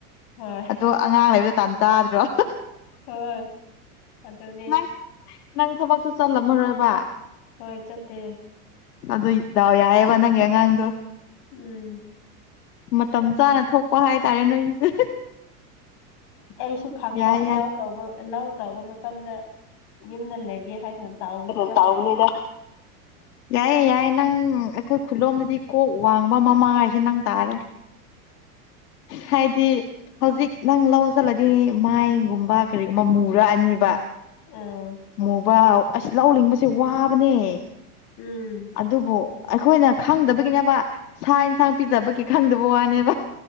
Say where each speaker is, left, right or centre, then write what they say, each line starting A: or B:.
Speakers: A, on the left; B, on the left.
A: ꯍꯣꯏ
B: ꯑꯗꯣ ꯑꯉꯥꯡ ꯂꯩꯕ ꯇꯥꯟ ꯆꯥꯗ꯭ꯔꯣ
A: ꯍꯣꯏ ꯑꯗꯨꯅꯦ
B: ꯅꯪ ꯅꯪ ꯊꯕꯛꯇꯣ ꯆꯠꯂꯝꯃꯔꯣꯏꯕ
A: ꯍꯣꯏ ꯆꯠꯇꯦ
B: ꯑꯗꯨꯏ ꯗꯥꯎ ꯌꯥꯢꯕ ꯅꯪꯒꯤ ꯑꯉꯥꯡꯗꯣ
A: ꯎꯝ
B: ꯃꯇꯝ ꯆꯥꯅ ꯊꯣꯛꯄ ꯍꯥꯏꯇꯥꯔꯦ ꯅꯣꯏꯒꯤꯁꯦ
A: ꯑꯩꯁꯨ ꯈꯪꯕ
B: ꯌꯥꯏ ꯌꯥꯏ
A: ꯂꯧ ꯇꯧꯕ ꯂꯧ ꯇꯧꯕ ꯃꯇꯝꯗ ꯌꯨꯝꯗ ꯂꯩꯒꯦ ꯍꯥꯏꯅ ꯇꯥꯎꯕꯅꯤꯗ
B: ꯍꯥꯏꯅ ꯇꯥꯎꯕꯅꯤꯗ ꯌꯥꯏꯌꯦ ꯌꯥꯏꯌꯦ ꯅꯪ ꯑꯩꯈꯣꯏ ꯈꯨꯜꯂꯣꯝꯗꯗꯤ ꯀꯣꯛ ꯋꯥꯡꯕ ꯃꯃꯥ ꯍꯥꯏꯁꯦ ꯅꯪ ꯇꯥꯔꯦ ꯍꯥꯏꯗꯤ ꯍꯧꯖꯤꯛ ꯅꯪ ꯂꯧ ꯆꯠꯂꯗꯤ ꯃꯥꯏꯒꯨꯝꯕ ꯀꯔꯤꯒꯨꯝꯕ ꯃꯨꯔꯛ ꯑꯅꯤꯕ
A: ꯎꯝ
B: ꯃꯨꯕꯥ ꯑꯁ ꯂꯧ ꯂꯤꯡꯕꯁꯦ ꯋꯥꯕꯅꯦ
A: ꯎꯝ
B: ꯑꯗꯨꯕꯨ ꯑꯩꯈꯣꯏꯅ ꯈꯪꯗꯕꯒꯤꯅꯦꯕ ꯁꯥ ꯏꯟꯁꯥꯡ ꯄꯤꯖꯕꯒꯤ ꯈꯪꯗꯕ ꯋꯥꯅꯦꯕ